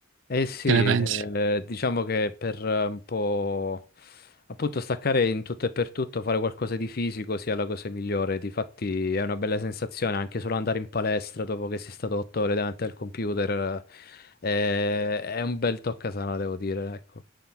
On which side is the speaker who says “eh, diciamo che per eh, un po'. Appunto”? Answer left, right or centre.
Left